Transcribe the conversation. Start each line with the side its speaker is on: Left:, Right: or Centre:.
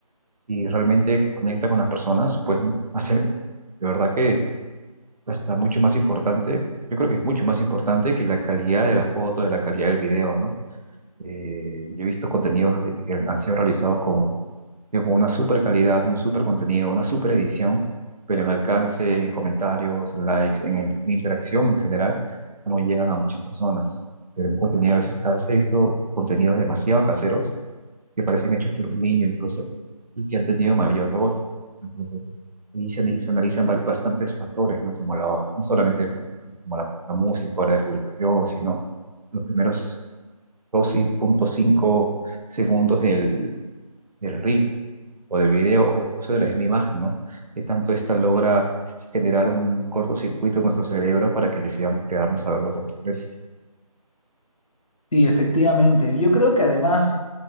Right: si realmente conecta con las personas, pues hacer, de verdad que está mucho más importante. Yo creo que es mucho más importante que la calidad de la foto, de la calidad del video, ¿no? Eh, yo he visto contenidos de- que han sido realizados con, digo, con una super calidad, un super contenido, una super edición, pero en alcance, en comentarios, likes, en, el- en interacción en general, no llegan a muchas personas. Pero en contenido, a veces, a veces he visto contenidos demasiado caseros que parecen hechos por un niño incluso y que han tenido mayor rebote. Entonces, y se, ani- se analizan ba- bastantes factores, ¿no? Como la, no solamente el- como la, la música o la de publicación, sino los primeros dos punto cinco segundos del, del reel o del video o incluso de la misma imagen, ¿no? Que tanto esta logra generar un cortocircuito en nuestro cerebro para que decidamos quedarnos a verlo por completo.
Left: Sí, efectivamente. Yo creo que además